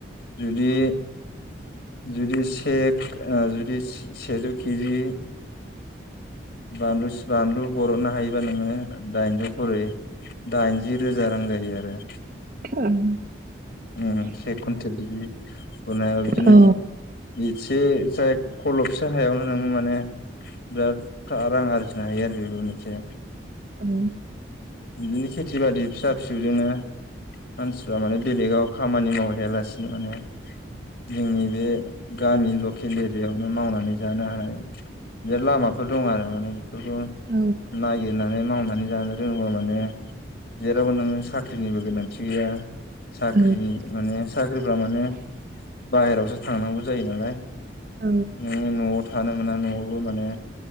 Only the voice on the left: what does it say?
जुदि जुदि सेख ओम जुदि सेजौ केजि बानलु सि बानलु बरननो हायोबा नोङो दाइनजौ खरै दाइनजि रोजा रां जायो आरो।
उम से खुनथेल बिदि बुनायाव बिदिनो
एसे जाय खलबसे हायावनो नोङो माने बिराद रां खा आरजिनो हायो आरो बेबो मोनसे।
बिदिनो खेथि बादि फिसा फिसौजोंनो मानसिफ्रा माने बेलेगाव खामानि मावहैयालासिनो माने जोंनि बे गामि लकेल एरियायावनो मावनानै जानो हानाय बिराद लामाफोर दं आरो माने बेफोरखौ
नागिरनानै मावनानै जानो रोङोबा जेरावबो नोङो साख्रिनिबो गोनांथि गैया। साख्रिनि
माने साख्रिफ्रा माने बाहेरायावसो थांनांगौ जायो नालाय
नों न'आव थानो मोना न'आवबो माने